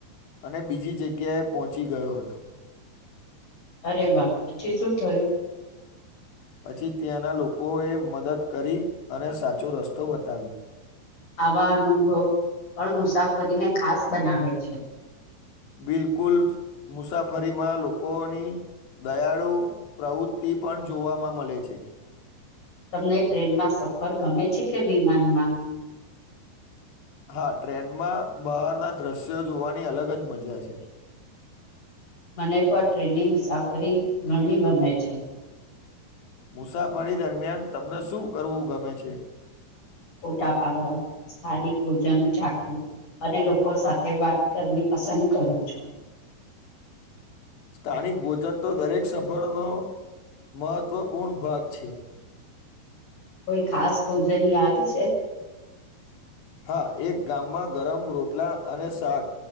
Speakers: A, on the left; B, on the left.
A: અને બીજી જગ્યાએ પહોંચી ગયો હતો
B: અરે વાહ પછી શું થયું
A: પછી ત્યાંના લોકોએ મદદ કરી અને સાચો રસ્તો બતાવ્યો
B: આવા અનુભવ પણ મુસાફરીને ખાસ બનાવે છે
A: બિલકુલ મુસાફરીમાં લોકોની દયાળુ પ્રવૃત્તિ પણ જોવામાં મળે છે
B: તમને ટ્રેનમાં સફર ગમે છે કે વિમાનમાં
A: હા ટ્રેનમાં બહારના દ્રશ્યો જોવાની અલગ જ મજા છે
B: મને પણ ટ્રેનની મુસાફરી ઘણી ગમે છે
A: મુસાફરી દરમિયાન તમને શું કરવું ગમે છે
B: ફોટા પાડવા સ્થાનિક ભોજન ચાખવું અને લોકો સાથે વાત કરવી પસંદ કરું છું
A: સ્થાનિક ભોજન તો દરેક સફરનો મહત્વપૂર્ણ ભાગ છે
B: કોઈ ખાસ ભોજન યાદ છે
A: હા એક ગામમાં ગરમ રોટલા અને શાક